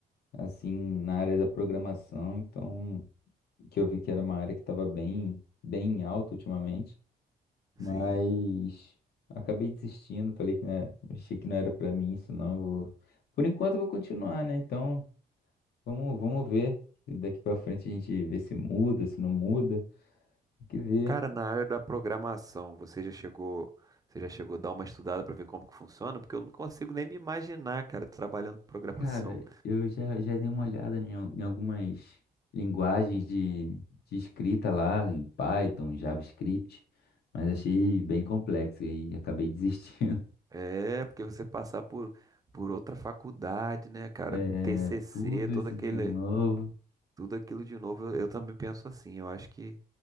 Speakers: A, on the left; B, on the right.
A: assim, na área da programação. Então, que eu vi que era uma área que estava bem, bem em alta ultimamente. Mas
B: Sim.
A: acabei desistindo, falei que não era- achei que não era pra mim isso não, eu vou. Por enquanto eu vou continuar, né? Então, vamos, vamos ver. se Daqui pra frente a gente vê se muda, se não muda. Tem que ver.
B: Cara, na área da programação, você já chegou, você já chegou a dar uma estudada para ver como que funciona? Porque eu não consigo nem me imaginar, cara, trabalhando com programação.
A: Cara, eu já, já dei uma olhada em, al- em algumas linguagens de, de escrita lá, em Python, JavaScript, mas achei bem complexo e aí acabei desistindo. <laughs>
B: É, porque você passar por, por outra faculdade, né, cara?
A: É,
B: TCC,
A: tudo
B: todo
A: isso
B: aquele,
A: de novo.
B: tudo aquilo de novo, eu, eu também penso assim. Eu acho que